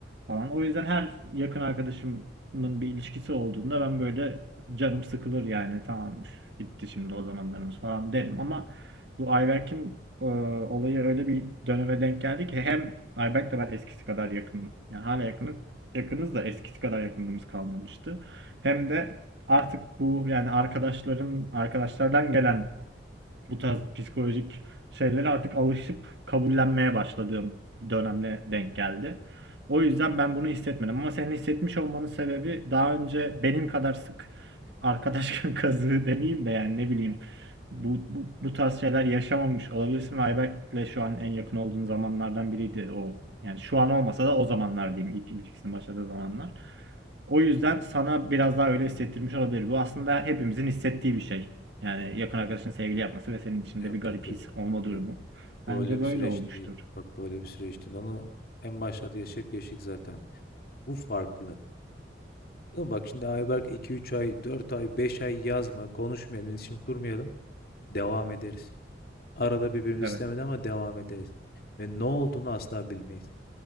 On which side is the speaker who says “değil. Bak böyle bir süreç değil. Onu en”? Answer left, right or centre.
Left